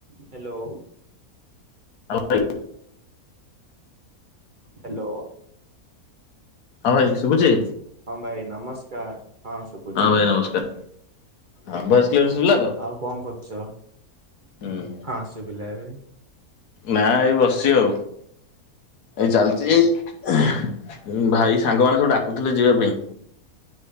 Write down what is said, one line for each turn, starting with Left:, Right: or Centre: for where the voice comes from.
Right: Hello.
Left: ହଁ ଭାଇ।
Right: Hello.
Left: ହଁ ଭାଇ ଶୁଭୁଚି?
Right: ହଁ ଭାଇ ନମସ୍କାର ହଁ। ଶୁଭୁଛି
Left: ହଁ ଭାଇ ନମସ୍କାର। ହଁ ଭଏସ୍ କ୍ଲିୟର ସୁଭିଲାତ?
Right: ଆଉ କଣ କରୁଚ?
Left: ହୁଁ
Right: ହଁ ଶୁଭିଲା ଏବେ।
Left: ନା ଏଇ ବସିଚି ଆଉ। ଏଇ ଚାଲିଚି ଏଇ ଭାଇ ସାଙ୍ଗମାନେ ସବୁ ଡାକୁଥିଲେ ଯିବା ପାଇଁ।